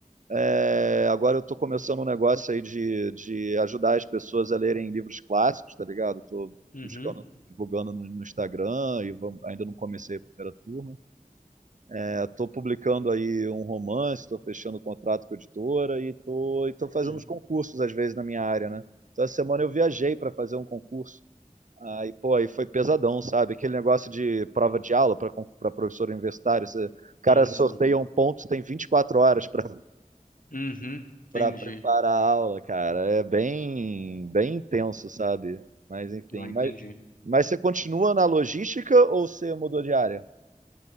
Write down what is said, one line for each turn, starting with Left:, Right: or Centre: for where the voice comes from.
Right: é, agora eu tô começando um negócio aí de, de ajudar as pessoas a lerem livros clássicos, tá ligado? Tô
Left: uhum,
Right: buscando, divulgando no, no Instagram e vamo- ainda não comecei a primeira turma. É, tô publicando aí um romance, tô fechando o contrato com a editora e tô, e tô fazendo
Left: uhum.
Right: uns concursos às vezes na minha área, né? Então, essa semana eu viajei para fazer um concurso. Aí, pô, aí foi pesadão, sabe? Aquele negócio de prova de aula para professor universitário. Você, o cara
Left: Sim,
Right: sorteia
Left: sim.
Right: um ponto, você tem 24 horas para
Left: Uhum,
Right: para
Left: entendi.
Right: preparar a aula, cara. É bem, bem intenso, sabe? Mas enfim,
Left: Ah,
Right: mas,
Left: entendi.
Right: mas você continua na logística ou você mudou de área?